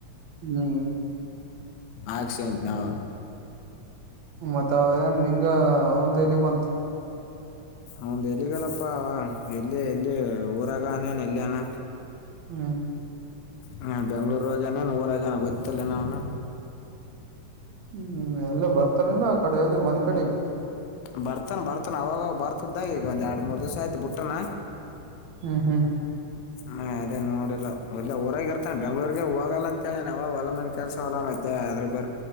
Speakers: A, on the right (about 75°); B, on the left (about 80°).
A: ಹ್ಮ್
B: ಆ ಸೆ ನವ
A: ಮತ್ತ ಅವನ್ ನಿಂಗ ಅವಂದ ಎಲಿಗ್ ಬಂತ
B: ಅವ್ದ ಎಲ್ಲಿಗಲ್ಲಪ್ಪ ಅವ ಎಲ್ಲಿ ಎಲ್ಲಿ ಊರಾಗ ಅನೇನು ಎಲ್ಲಿ ಅನ
A: ಹ್ಮ್
B: ಹಾ ಬೆಂಗ್ಳೂರಾಗಾನೇನು ಊರಾಗಾನ ಗೊತ್ತಿಲ್ಲ ನ ಅವನು
A: ಹ್ಮ್ ಎಲ್ಲ ಬರ್ತಾರಿಲ್ಲ ಕಡೆಯಲ್ಲಿ ಮನೆ ಕಡೆ
B: ಬರ್ತಾನ ಬರ್ತಾನ ಅವವಾಗ ಬರ್ತದ್ದಾಗ ಈಗ ಒಂದು ಎರಡು ಮೂರು ದಿವಸ ಆಯ್ತು ಬಿಟ್ಟಾನ
A: ಹ್ಮ್ ಹ್ಮ್
B: ಹ್ ಅದೇ ನೋಡಿಲ್ಲ ಒಲ್ಲೆ ಊರಾಗ ಇರ್ತಾನೆ ಬೆಂಗ್ಳೂರ್ಗೆ ಹೋಗಲ್ಲ ಅಂತೇಳೇನೆ ಅವ ಹೊಲಾಮನ ಕೆಲ್ಸ ಹೊಲಾಮ ಅದ್ರ ಬೇ